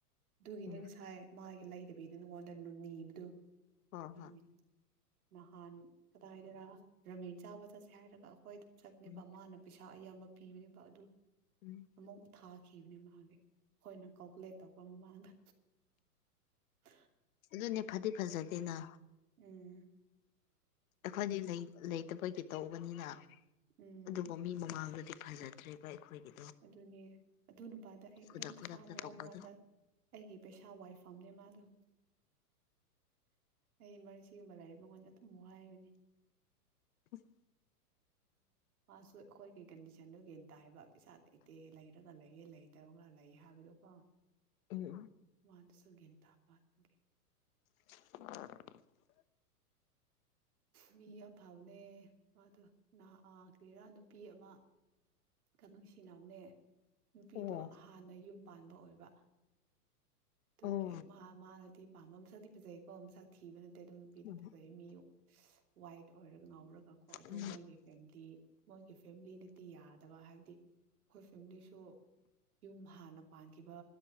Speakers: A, on the right; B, on the left.
A: ꯑꯗꯨꯒꯤꯅꯤ
B: ꯎꯝ ꯎꯝ
A: ꯉꯁꯥꯏ ꯃꯥꯒꯤ ꯂꯩꯗꯕꯤꯗ ꯅꯉꯣꯟꯗꯅꯤꯕꯗꯨ
B: ꯍꯣꯏ
A: ꯎꯝ
B: ꯍꯣꯏ
A: ꯅꯍꯥꯟ ꯀꯗꯥꯏꯗꯔ ꯔꯥꯃꯦꯟ ꯆꯥꯕ ꯆꯠꯁꯦ ꯍꯥꯏꯔꯒ ꯑꯩꯈꯣꯏ ꯑꯗꯨꯝ ꯆꯠꯄꯅꯦꯕ
B: ꯎꯝ
A: ꯃꯥꯅ ꯄꯩꯁꯥ ꯑꯌꯥꯝꯕ ꯄꯤꯕꯅꯦꯕ ꯑꯗꯨ
B: ꯎꯝ
A: ꯑꯃꯨꯛ ꯊꯥꯈꯤꯕꯅꯦ ꯃꯥꯒꯤ ꯑꯩꯈꯣꯏꯅ ꯀꯥꯜꯀꯨꯂꯦꯠ ꯇꯧꯕ ꯃꯃꯥꯡꯗ ꯍ
B: ꯑꯗꯨꯅꯦ ꯐꯗꯤ ꯐꯖꯗꯦꯅ
A: ꯎꯝ
B: ꯑꯩꯈꯣꯏꯗꯤ ꯂꯩꯇꯕꯒꯤ ꯇꯧꯕꯅꯤꯅ
A: ꯎꯝ
B: ꯑꯗꯨꯕꯨ ꯃꯤ ꯃꯃꯥꯡꯗꯗꯤ ꯐꯖꯗ꯭ꯔꯦꯕ ꯑꯩꯈꯣꯏꯒꯤ
A: ꯑꯗꯨꯅꯦ ꯑꯗꯨ ꯅꯨꯄꯥꯗ ꯑꯩ
B: ꯈꯨꯗꯛ
A: ꯑꯗꯨꯝ ꯄꯩꯁꯥ
B: ꯈꯨꯗꯛꯇ
A: ꯃꯔꯛ
B: ꯇꯧꯕꯗꯣ
A: ꯃꯔꯛꯇ ꯑꯩꯒꯤ ꯄꯩꯁꯥ ꯋꯥꯏꯐꯝꯅꯦ ꯃꯥꯗꯣ ꯑꯩ ꯏꯃꯔꯁꯤꯒꯨꯝꯕ ꯂꯥꯏꯔ ꯃꯉꯣꯟꯗ ꯑꯗꯨꯝ ꯋꯥꯏꯕꯅꯦ
B: ꯎꯝ
A: ꯃꯥꯁꯨ ꯑꯩꯈꯣꯏꯒꯤ ꯀꯟꯗꯤꯁꯟꯗꯨ ꯒꯌ꯭ꯥꯟ ꯇꯥꯌꯦꯕ ꯄꯩꯁꯥ ꯂꯩꯇꯦ ꯂꯩꯔꯒ ꯂꯩꯌꯦ ꯂꯩꯇꯕꯒ ꯂꯩ ꯍꯥꯏꯕꯗꯣꯀꯣ
B: ꯎꯝ
A: ꯃꯥꯗꯨꯁꯨ ꯒꯌꯥꯟ ꯇꯥꯕ ꯑꯗꯨꯒꯤ
B: <unintelligible>
A: ꯃꯤ ꯌꯥꯝ ꯐꯕꯅꯦ ꯃꯥꯗꯣ ꯅꯥ ꯑꯥ ꯀ꯭ꯔꯤꯔꯥ ꯅꯨꯄꯤ ꯑꯃ ꯀꯟꯅ ꯅꯨꯡꯁꯤꯅꯕꯅꯦ ꯅꯨꯄꯤꯗꯣ
B: ꯑꯣ
A: ꯍꯥꯟꯅ ꯌꯨꯝ ꯄꯥꯟꯕ ꯑꯣꯏꯕ ꯑꯗꯨꯒꯤ
B: ꯑꯣ
A: ꯃꯥ ꯃꯥꯅꯗꯤ ꯄꯥꯝꯕ ꯃꯁꯛꯇꯤ ꯐꯖꯩꯀꯣ ꯃꯁꯛ ꯊꯤꯕ ꯅꯠꯇꯦ ꯑꯗꯨ ꯅꯨꯄꯤꯗꯣ
B: ꯎꯝ
A: ꯐꯖꯩꯃꯤ ꯋꯥꯏꯠ ꯑꯣꯏꯔꯒ ꯉꯥꯎꯔꯒ ꯀꯣ ꯑꯗꯣ
B: ꯎꯝ
A: ꯃꯣꯏꯒꯤ ꯐꯦꯡ ꯗꯤ ꯃꯣꯏꯒꯤ ꯐꯦꯃꯤꯂꯤꯅꯗꯤ ꯌꯥꯗꯕ ꯍꯥꯏꯕꯗꯤ ꯑꯩꯈꯣꯏ ꯐꯦꯃꯤꯂꯤꯁꯨ ꯁꯨ ꯌꯨꯝ ꯍꯥꯟꯅ ꯄꯥꯟꯈꯤꯕ